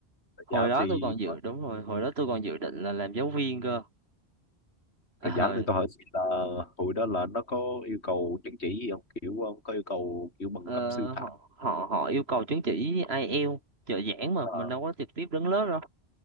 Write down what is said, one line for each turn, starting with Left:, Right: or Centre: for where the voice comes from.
Right: hồi
Left: giá
Right: đó
Left: thì
Right: tôi còn dự
Left: ờ,
Right: đúng rồi hồi đó tôi còn dự định là làm giáo viên cơ ờ
Left: rồi giảng thì tôi hỏi xin là hồi đó là nó có yêu cầu chứng chỉ gì không kiểu ông có yêu cầu kiểu bằng
Right: Ờ,
Left: cấp sư phạm
Right: họ họ họ yêu cầu chứng chỉ IELTS trợ giảng mà
Left: à,
Right: mình đâu có trực tiếp đứng lớp đâu